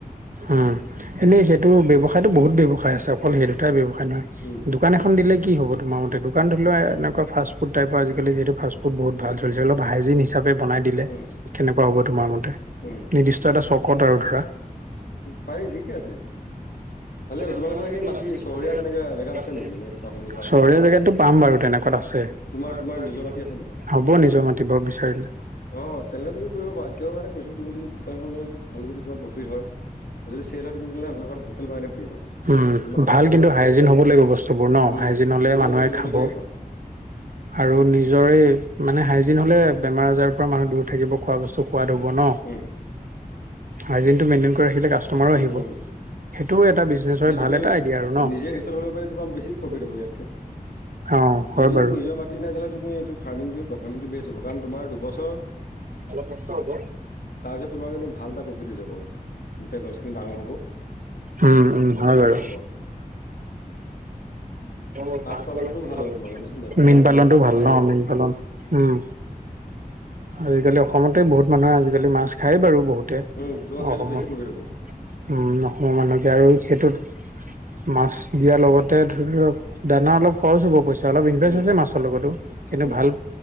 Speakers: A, on the right (about 60°); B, on the left (about 85°).
A: উম', এনে <unintelligible> এইটো ব্যৱসায়তো বহুত ব্যৱসায় আছে, অকল সেই দুটাই ব্যৱসায় নহয়
B: উম,
A: দোকান এখন দিলে কি হ'ব তোমাৰ মতে দোকান ধৰি লোৱা এনেকুৱা ফাষ্টফুডটাইপৰ আজিকালি যিহেতু ফাষ্টফুড বহুত ভাল চলিছে হাইজিন হিচাপ বনাই দিলে
B: উম,
A: কেনেকুৱা হ'ব তোমাৰ মতে
B: উম।
A: নিৰ্দিষ্ট এটা চকত আৰু ধৰা।
B: উম, পাৰি ঠিকে আছে। ভালে
A: চহৰীয়া
B: হ'ব তোমালোকৰ এনেই মাটি চহৰীয়া তেনেকা জেগাত আছে নেকি এনে দোকান খুলিব পৰা?
A: জেগাতটো পাম বাৰু তেনেকুৱাত আছে।
B: তোমাৰ
A: হ'ব
B: তোমাৰ নিজৰ মাটি আছে নেকি?
A: নিজৰ মাতিব বিচাৰিলে।
B: অ', তেনেহ'লে তুমি কৰিব পাৰা কিহৰ কাৰণে কৈছোঁ তুমি যদি দোকানখন <unintelligible> ভালদৰে যদি তোমাৰ প্ৰফিট হয় যদি চেলত <unintelligible> হোটেল <unintelligible>
A: উম,
B: তোমাৰ সেইটোৰ
A: ভাল
B: পৰা
A: কিন্তু
B: লাভ
A: হাইজিন হ'ব লাগিব বস্তুবোৰ ন
B: উম,
A: হাইজিন হ'লে
B: তেতিয়া তুমি
A: মানুহে
B: হোটেল খুলিব
A: খাব।
B: পাৰিবা
A: আৰু নিজৰে মানে হাই হাইজিন হ'লে বেমাৰ আজাৰৰ পৰা মানুহ দূৰ থাকিব খোৱা বস্তু সোৱাদ হ'ব ন।
B: উম,
A: হাইজিনটো মেইনটেইন কৰি ৰাখিলে কাষ্টমাৰো
B: উম,
A: আহিব
B: উম।
A: সেইটো এটা বিজনেছৰ
B: তেতিয়া
A: ভাল
B: তুমি
A: এটা আইদিয়া আৰু ন?
B: নিজে হোটেল খুলিব পাৰিলে তোমাৰ বেছি প্ৰফিট হ'ব ইয়াতকে।
A: অ হয়
B: যদি
A: বাৰু
B: নিজৰ মাটি নাই তেনেহ'লে তুমি এইটো ফাৰ্মিটোয়ে কৰা, ফাৰ্মিটো বেষ্ট হ'ব কাৰণ তোমাৰ দুবছৰ
A: অলপ কষ্ট হ'ব।
B: তাৰপিছত তোমাৰ কিন্তু ভাল এটা প্ৰফিট হৈ যাব, যেতিয়া গছখিনি ডাঙৰ হ'ব।
A: অম, উম। হয়
B: ধুনীয়া
A: বাৰু
B: হ'ব আৰু।
A: <inaudible>
B: পালনটোও ভাল হ'ব তোমাৰ গম পাইছা নাই পুখুৰী
A: মীন
B: খান্দি
A: পালনতটো ভাল
B: ফিচাৰীটো
A: ন মীন পালন উম। আজিকালি অসমতে বহুত মানুহে আজিকালি মাছ খায়াই বাৰু বহুত।
B: উম তোমাৰ সেইটোত
A: অসমৰ
B: বেছি প্ৰফিট হ'ব
A: উম, অসমৰ মানুহকে আৰু সেইটোত মাছ দিয়াৰ লগতে ধৰিক দানা অলপ খৰচ হ'ব পইচা। অলপ ইনভেষ্ট
B: উম
A: আছে, মাছৰ লগতো কিন্তু
B: উম
A: ভাল,